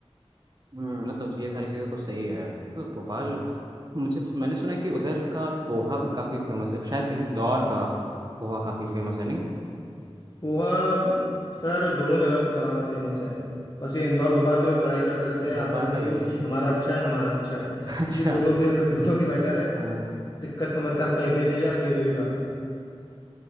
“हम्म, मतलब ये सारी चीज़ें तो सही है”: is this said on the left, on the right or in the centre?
Right